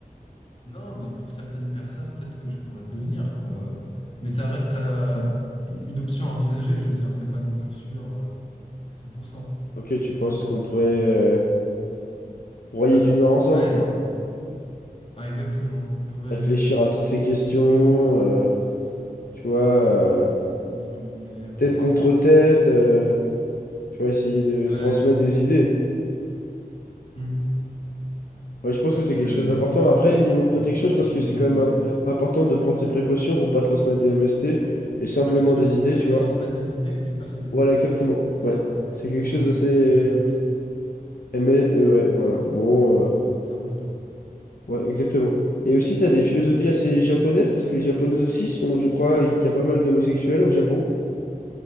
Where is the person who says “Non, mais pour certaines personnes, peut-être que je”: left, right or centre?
Left